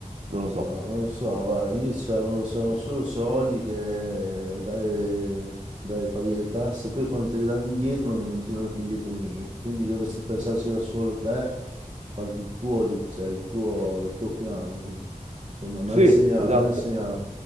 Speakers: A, on the right (about 50°); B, on the right (about 35°).
A: non
B: No,
A: lo so.
B: non lo so, guarda, lì c'erano, c'erano solo soldi che dai, dai, paghi le tasse, poi quando te li danno indietro non, non ti danno più indietro niente, quindi dovresti pensarci da solo te, a farti il tuo, di- cioè, il tuo, il tuo piano, quindi, insomma, mi
A: Sì,
B: hanno insegnato,
A: esatto,
B: mi hanno insegnato